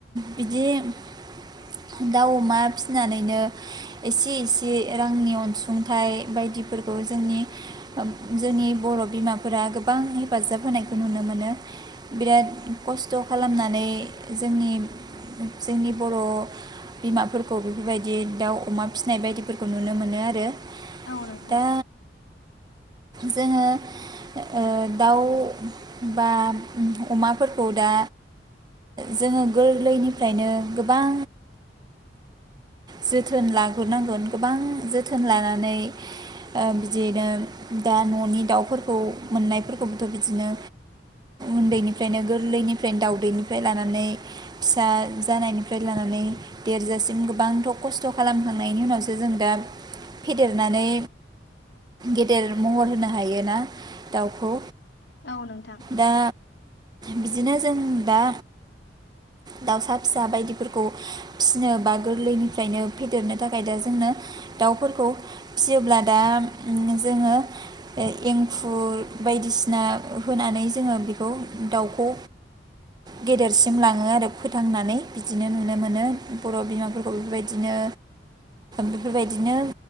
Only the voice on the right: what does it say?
बिदि दाउ अमा फिसिनानैनो एसे एसे रांनि अनसुंथाइ बायदिफोरखौ जोंनि जोंनि बर' बिमाफोरा गोबां हेफाजाब होनायखौ नुनो मोनो बिराद खस्थ' खालामनानै जोंनि जोंनि बर' बिमाफोरखौ बेफोरबायदि दाउ अमा फिसिनाय बायदिफोरखौ नुनो मोनो आरो
दा जोङो ओ दाउ बा अमाफोरखौ दा जोङो गोरलैनिफ्रायनो गोबां जोथोन लाग्रोनांगोन गोबां जोथोन लानानै ओ बिदिनो दा न'नि दाउफोरखौ मोननायफोरखौबोथ' बिदिनो उन्दैनिफ्रायनो गोरलैनिफ्रायनो दाउदैनिफ्राय लानानै फिसा जानायनिफ्राय लानानै देरजासिम गोबांथ' खस्थ' खालामखांनायनि उनावसो जों दा फेदेरनानै गेदेर महर होनो हायोना दाउखौ
दा बिदिनो जों दा दाउसा फिसा बायदिफोरखौ फिसिनो बा गोरलैनिफ्रायनो फेदेरनो थाखाय दा जोंनो दाउफोरखौ फिसियोब्ला दा जोङो एंखुर बायदिसिना होनानै जोङो बेखौ दाउखौ गेदेरसिम लाङो आरो फोथांनानै बिदिनो नुनो मोनो बर' बिमाफोरखौ बेफोरबायदिनो बेफोरबायदिनो